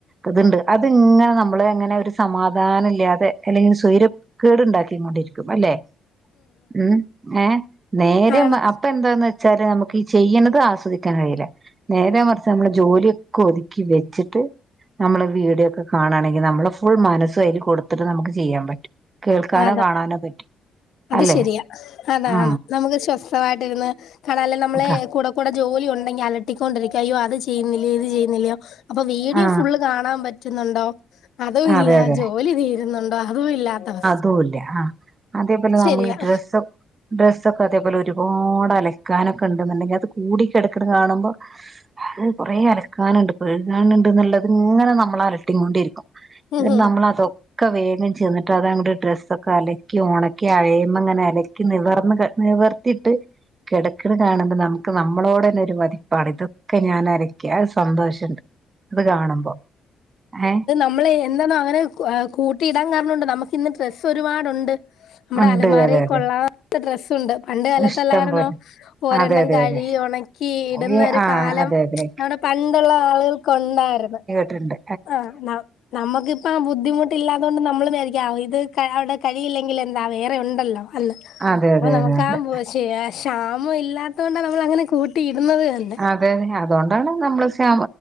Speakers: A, on the right (about 35°); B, on the left (about 75°).
A: ഇതുണ്ട് അതിങ്ങനെ നമ്മള് എങ്ങനെ ഒരു സമാധാനം ഇല്ലാതെ അല്ലെങ്കിൽ സ്വൈരം കേടുണ്ടാക്കി കൊണ്ടിരിക്കും അല്ലെ? ഉം ഏഹ് നേരെ
B: ആണ്
A: മ അപ്പ എന്താന്ന് വെച്ചാല് നമുക്ക് ഈ ചെയ്യ്ണത് ആസ്വദി ക്കാൻ കഴിയൂല. നേരെ മറിച്ച് നമ്മള ജോലിയൊക്കെ ഒതുക്കി വെച്ചിട്ട് ന്നമ്മള് വീഡിയൊക്കെ കാണ് ആണെങ്കിൽ നമ്മളെ ഫുൾ മനസ്സ് അയില് കൊടുത്തിട്ട് നമുക്ക് ചെയ്യാൻ പറ്റും. കേൾക്കാനോ
B: അതെ
A: കാണാനോ പറ്റും.
B: അത്
A: അല്ലെ
B: ശരിയാ, അതാണ്
A: ആ
B: നമുക്ക് സ്വസ്ഥമായിട്ടിരുന്ന് കണാല്ലോ നമ്മളെ
A: ഓക്കെ
B: കൂടെ കൂടെ ജോലി ഉണ്ടെങ്കിൽ അലട്ടിക്കൊണ്ടിരിക്ക് അയ്യോ അത് ചെയ്യുന്നില്ലയോ ഇത് ചെയ്യുന്നില്ലയോ അപ്പൊ വീഡിയോ
A: ഉം ആ
B: ഫുള്ള് കാണാൻ പറ്റുന്നൊണ്ടോ? അതു ഇല്ല,
A: അതെ അതെ
B: ജോലി തീരുന്നുണ്ടോ അതും ഇല്ലാത്ത അവസ്ഥ.
A: <unintelligible> ആഹ്, അതേപോലെ നമ്മള്
B: ശരിയാ
A: ഡ്രസ്സ് ഡ്രസ്സൊ ഒക്കെ അതേപോലെ ഒരുപാട് അല ക്കാനൊക്കെ ഇണ്ട് എന്നുണ്ടെങ്കിൽ അത് കൂടി കെട്ക്ക്ണ കാണുമ്പ അഹ് കുറേ അലക്കാന്ണ്ട് കഴുകാന്ണ്ട്ന്ന്ള്ളത് ഇങ്ങനെ നമ്മളെ അലട്ടികൊണ്ടിരിക്കും.
B: ഉം
A: എന്ന്
B: ഉം.
A: നമ്മള് അതോ ഒക്കെ വേഗം ചെന്നിട്ട് അത് അങ്ങട്ട് ഡ്രസ്സൊക്കെ അലക്കി ഒണക്കി അഴേമ്മെ ഇങ്ങനെ അലക്കി നിവർന്ന് ക നിവർ ത്തിട്ട് കെട്ക്ക്ണെ കാണുമ്പോ നമുക്ക് നമ്മളോട് തന്നെ ഒരു മതിപ്പാണ്. ഇതൊക്കെ ഞാന് അല ക്കി അഹ് സന്തോഷണ്ട് അത് കാണുമ്പം. ഏഹ്
B: ന്നമ്മള് എന്താന്നോ അങ്ങനെ കൂട്ടിയിടാൻ കാരണോണ്ട് ന്നമുക്ക് ഇന്ന് ഡ്രെസ്സ് ഒരുപാടുണ്ട് ന്നമ്മടെ
A: ഉണ്ട്
B: അലമാരയില്
A: അതെ അതെ
B: കൊള്ളാത്ത ഡ്രസ്സുണ്ട് പണ്ട് കാലത്തല്ലാരുന്നോ
A: ഇഷ്ടം പോലെ
B: ഓരെണ്ണം
A: അതെ അതെ
B: കഴികി ഒണ കീ
A: അതെ
B: ഇടുന്നൊരു
A: ആഹ്
B: കാലം
A: അതെ അതെ
B: ന്നമ്മുടെ പണ്ടുള്ള ആളുകൾക് ഒണ്ടായിരുന്നു.
A: ട്ടിണ്ട്
B: ആഹ് ന്നമ്മക്കിപ്പം ആ ബുദ്ധിമുട്ട്ല്ലാതോണ്ട് ന്നമ്മൾ ന്നേരിക്കും ഇത് അവിടെ കഴിയില്ലെങ്കിൽ എന്താ വേറെണ്ടല്ലോ. അല്ല
A: അതെ
B: അപ്പൊ
A: അതെ
B: ന്നമുക്കാ
A: അതെ അതെ
B: ബുശെ ക്ഷാമം ഇല്ലാത്തോണ്ടാണ് ന്നമ്മൾ അങ്ങനെ കൂട്ടിയിടുന്നത്തന്നെ
A: അതെ അതോണ്ടാണ് ന്നമ്മള് പെ